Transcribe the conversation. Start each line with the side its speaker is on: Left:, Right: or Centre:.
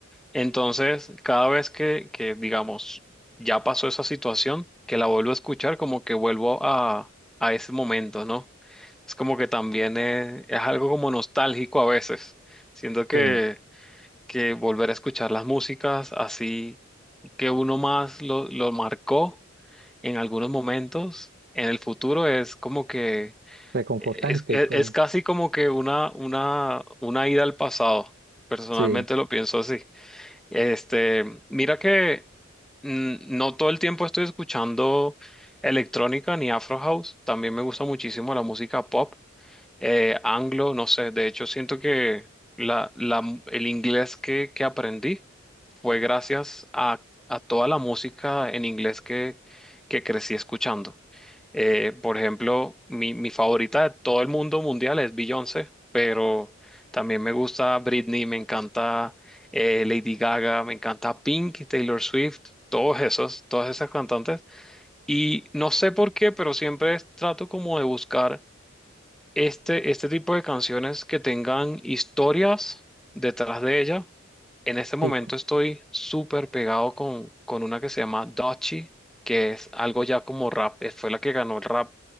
Centre: Entonces, cada vez que, que, digamos, ya pasó esa situación, que la vuelvo a escuchar, como que vuelvo a, a ese momento, ¿no? Es como que también es, es algo como nostálgico a veces. Siento que
Right: Sí,
Centre: que volver a escuchar las músicas así que uno más lo, lo marcó en algunos momentos en el futuro es como que
Right: reconfortante,
Centre: es, es- e,
Right: como,
Centre: es casi como que una, una, una ida al pasado. Personalmente
Right: sí,
Centre: lo pienso así. Este, mira que mm, no todo el tiempo estoy escuchando electrónica ni Afro House. También me gusta muchísimo la música pop, eh, anglo, no sé. De hecho, siento que la, la, el inglés que, que aprendí fue gracias a, a toda la música en inglés que, que crecí escuchando. Eh, por ejemplo, mi, mi favorita de todo el mundo mundial es Beyoncé, pero también me gusta Britney, me encanta eh, Lady Gaga, me encanta Pink, Taylor Swift, todos esos, todas esas cantantes. Y no sé por qué, pero siempre es- trato como de buscar este, este tipo de canciones que tengan historias detrás de ella en este momento
Right: sí, co-
Centre: estoy súper pegado con, con una que se llama Dochi, que es algo ya como rap. eh, Fue la que ganó el rap,